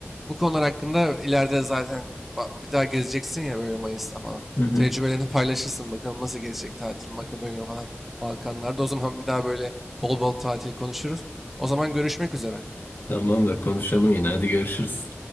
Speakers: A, in the centre; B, on the left.
A: Bu konular hakkında ileride zaten ba- bir daha gezeceksin ya böyle Mayıs'ta falan.
B: hı hı.
A: Tecrübelerini paylaşırsın bakalım nasıl gelecek tatil Makedonya falan Balkanlarda. O zaman bir daha böyle bol bol tatil konuşuruz. O zaman görüşmek üzere.
B: Tamamdır konuşalım yine hadi görüşürüz.